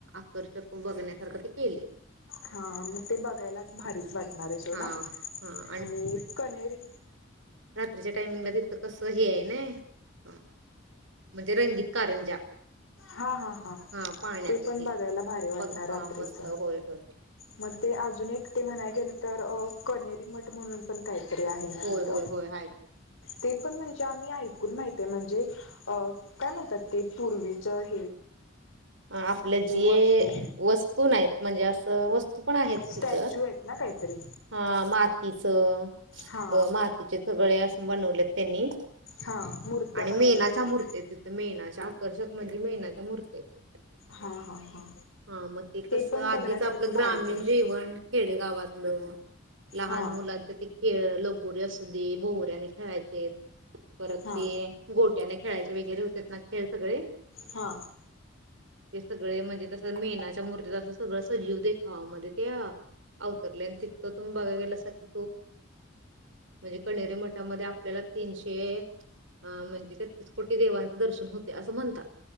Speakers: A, on the right (about 75°); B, on the left (about 85°).
A: <inaudible>
B: हा मगं ते बघायलाच भारीच वाटते नारी सोडा
A: हां हां
B: आणि कनिरी.
A: ञीच्या टाइमिंगला तिथं कसं हे हाय नय ह म्हणजे रंगीत कारंजा
B: हा हा हा
A: हां पाण्याचं
B: ते पण बघायला भारी वाटणार
A: बघ हां
B: रात्रीच
A: मस्त होय होय.
B: मगं ते अजून एक ते म्हणाय गेल तर कणेरी मठ म्हणून पण काय आहे ना
A: होय
B: तिथ
A: होय होय आहेत
B: ते पण म्हणजे आम्ही ऐकून माही ते म्हणजे अ काय म्हणतात ते पूर्वी <inaudible>
A: आ आपलं जे
B: वस्तू
A: वस्तू नाहीत. म्हणजे असं वस्त तू पण आहेत
B: स्टॅच्यू
A: तिथं.
B: आहेत ना काहीतरी
A: हा मातीचं...
B: हा
A: अं, मातीचे सगळेच असं बनवलेत त्यांनी.
B: हा मूर्त्या
A: आणि
B: वगैरे
A: मेणाच्या
B: आहेत काय
A: मूर्ती आहेत तिथं, मेणाच्या कर्षक म्हणजे मेन मूर्त्या ह्यात.
B: हा हा हा
A: हा मग ते कस
B: पण
A: आधीच
B: बघण्यासारखं
A: आपलं ग्रामीण
B: भारीच आहे
A: जेवण खेडेगावात. नो, लहान
B: हा
A: मुलांच ते खेळ लो पोरी असू दे भोवऱ्याने खेळायचेत परत
B: हा
A: ते गोट्याने खेळाय वगैरे होतेत ना खेळ सगळे.
B: हा
A: हे सगळे म्हणजे तस मेनाच्या मूर्त्या जरास जीव देख आ मध्ये त्या अ अवतरले. आणि तिकं तुम्ही बघायला गेलास की, म्हणजे कणेरी मठामध्ये आपल्याला तीनसे म्हणजे कोटी देवांचे दर्शन होते, असं म्हणतात.